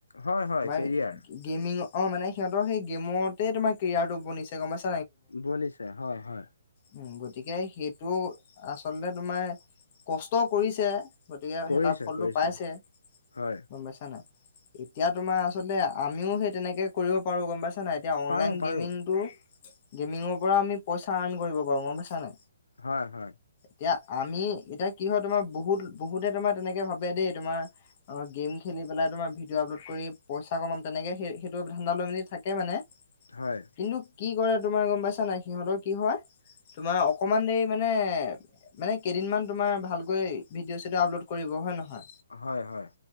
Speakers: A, on the left; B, on the left.
A: হয় হয়
B: মানে
A: কেৰিয়াৰ
B: গেমিং অ মানে সিহঁতৰ সেই গেমতে তোমাৰ কেৰিয়াৰটো বনিছে গম পাইছে
A: বনিছে হয় হয়।
B: উ গতিকে সেইটো আচলতে তোমাৰ কষ্টও কৰিছে। গতিকে
A: কৰিছে
B: সেই তাৰ ফলটো
A: কৰিছে
B: পাইছে
A: হয়
B: গম পাইছা নাই। এতিয়া তোমাৰ আচলতে আমিও সেই তেনেকে কৰিব পাৰো গম পাইছা ন এতিয়া অনলাইন
A: পাৰো পাৰো
B: গেমিং টো গেমিঙৰ পৰা আমি পইচা আৰ্ন কৰিব পাৰো গম পাইছা নাই।
A: হয় হয়।
B: এতিয়া আমি এতিয়া কি হয় তোমাৰ বহুত বহুতে তোমাৰ তেনেকে ভাবে দেই তোমাৰ অ গেম খেলি দি পেলাই তোমাৰ ভিডিঅ' আপলোড কৰি পইচা কমাম তেনেকে সেই সেইটো ধ্দা লৈ মেলি মানে
A: হয়
B: কিন্তু কি কৰে তোমাৰ গম পাইছা নাই সিহঁতৰ কি হয় তোমাৰ অকমান দেৰি মানে মানে কেইদিনমান তোমাৰ ভালকৈ ভিডিঅ' চিডিঅ' আপলোড কৰিব হয় নহয়
A: হয় হয়।